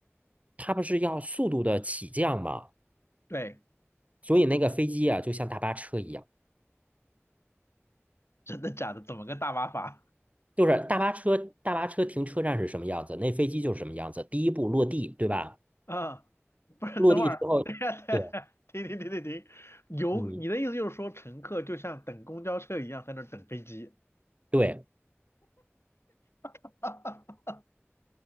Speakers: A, on the right; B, on the left.
A: 它不是要速度的起降嘛，
B: 对，
A: 所以那个飞机啊，就像大巴车一样，
B: 真的假的？怎么个大麻法？
A: 就是大巴车，大巴车停车站是什么样子，那飞机就是什么样子。第一步落地，对吧？
B: 嗯，不是，
A: 落地之后，
B: 等会儿，等一下，等一下，
A: 对，
B: 停停停停停，有你的意思就是说，
A: 嗯。
B: 乘客就像等公交车一样在那儿等飞机？
A: 对，
B: <laughs>